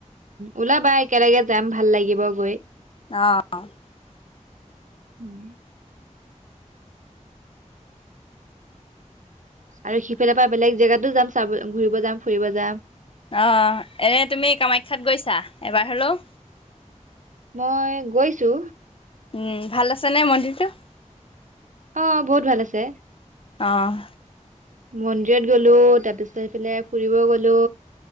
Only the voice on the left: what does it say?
অ
আহ এনে তুমি কামাখ্যাত গৈছা এবাৰ হলেও।
উম ভাল আছে নে মন্দিৰটো?
আহ